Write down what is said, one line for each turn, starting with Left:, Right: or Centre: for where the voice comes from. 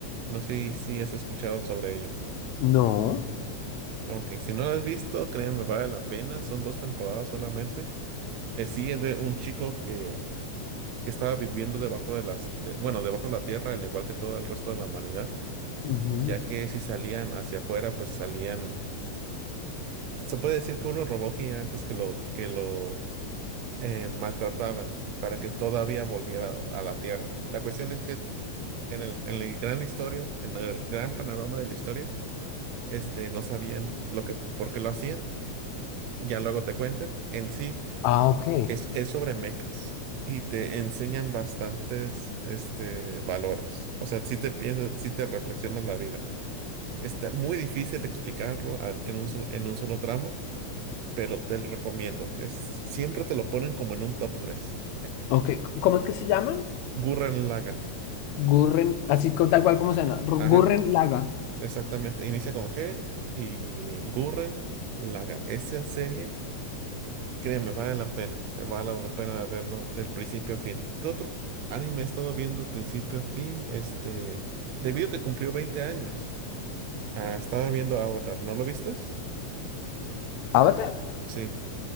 Right: No sé si has escuchado sobre ello.
Left: No.
Right: Ok, si no lo has visto, créeme, vale la pena. Son dos temporadas solamente. Eh, sí, es de un chico que, que estaba viviendo debajo de las, de- bueno, debajo de la tierra, al igual que todo el resto de la humanidad,
Left: Ujú.
Right: ya que si salían hacia afuera, pues salían, se puede decir que unos robots gigantes que lo, que lo eh, maltrataban para que todavía volviera a la Tierra. La cuestión es que en el, en la gran historia, en el gran panorama de la historia, este, no sabían lo que, por qué lo hacían. Ya luego te cuentan. En sí,
Left: Ah, ok.
Right: es, es sobre mecas y te enseñan bastantes, este, valores. O sea, si te piensas, si te reflexionas la vida. Está muy difícil de explicarlo a- en un sol- en un solo tramo, pero te lo recomiendo. Es, siempre te lo ponen como en un top 3.
Left: Ok, c- ¿cómo es que se llaman?
Right: Gurren Lagann.
Left: Gurren, así co- tal cual como suena. Ru-
Right: Ajá,
Left: Gurren Laga.
Right: exactamente. Inicia con G y Gurren Lagann. Esa serie, créeme, vale la pena. eh, Vale la pena verlo del principio a fin. ¿Qué otro anime he estado viendo principio a fin? Este, debido a que cumplió 20 años. Ah, estaba viendo Avatar. ¿No lo vistes?
Left: ¿Avatar?
Right: Sí.